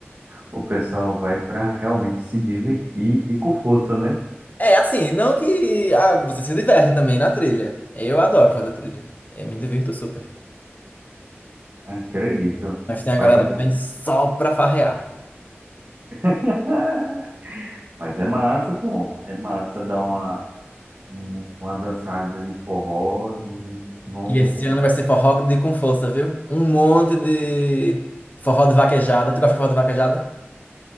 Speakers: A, on the right; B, on the left.
A: O pessoal vai para realmente se divertir de com força, né?
B: É, assim, não que ah, você se diverte também na trilha. Eu adoro fazer trilha. Eu me divirto super.
A: Acredito.
B: Mas tem a
A: Mas,
B: galera
A: eu-
B: que vem só pra farrear.
A: <laughs> mas é massa, pô. É massa dar uma, um- uma dançada de forró. Não, não,
B: E esse ano vai ser forró de com força, viu? Um monte de forró de vaquejada. Tu gosta de forró de vaquejada?